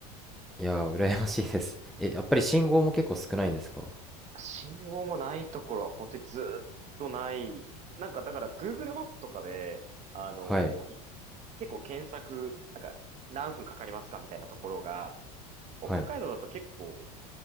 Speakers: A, in the centre; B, on the right (about 35°).
A: いやー、羨ましいです。え、やっぱり信号も結構少ないんですか
B: 信号もないところは本当にずーっとない。なんか、だから Google マップとかで、あのーい結構検索、
A: はい。
B: なんか、何分かかりますかみたいなところが、北海道だと結構、
A: はい。